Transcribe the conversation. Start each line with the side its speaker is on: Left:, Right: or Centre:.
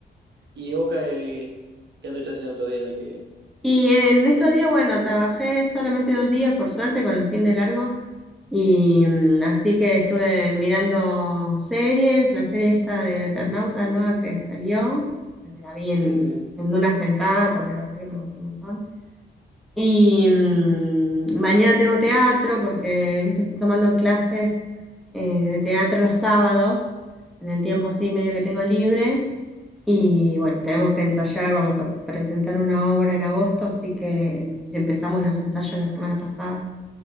Right: ¿Y vos qué, qué anduviste haciendo todavía? Que...
Centre: Y en estos días, bueno, trabajé solamente dos días, por suerte, con el fin de largo. Y mm, así que estuve mirando series, la serie esta del Eternauta nueva que salió, que me la vi en,
Right: Sí, sí.
Centre: en una sentada porque la verdad que me gustó un montón. Y mm, mañana tengo teatro porque, viste, estoy tomando clases eh, de teatro los sábados, en el tiempo así medio que tengo libre. Y bueno, tenemos que ensayar, vamos a presentar una obra en agosto, así que empezamos los ensayos la semana pasada.